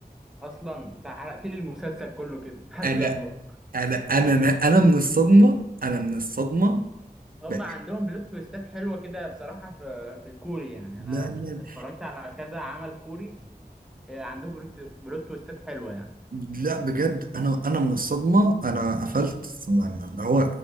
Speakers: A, in the centre; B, on the right.
A: اصلا انت حرقت لي المسلسل كله كده <laughs> حسبي
B: انا
A: الله
B: انا انا انا أنا من الصدمه انا من الصدمه
A: هم
B: ب...
A: عندهم بلوت تويستات حلوه كده بصراحه في في الكوري يعني
B: لا
A: انا
B: لا
A: اتفرجت على كذا عمل كوري آه، عندهم بلوت بلوت تويستات حلوه يعني
B: لا بجد انا انا من الصدمه انا قفلت يعني اللي هو